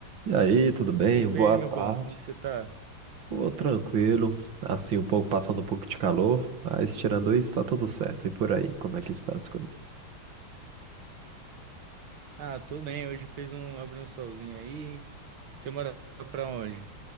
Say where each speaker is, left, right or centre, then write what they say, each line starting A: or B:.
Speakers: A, on the right (about 70°); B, on the right (about 80°).
A: E aí, tudo bem?
B: Opa,
A: Boa
B: e aí, meu
A: tarde.
B: bom, como que você tá?
A: Pô, tranquilo. Assim, um pouco passando um pouco de calor, mas tirando isso, tá tudo certo. E por aí, como é que está as coisas?
B: Ah, tô bem, hoje fez um, abriu um solzinho aí. Você mora pra onde?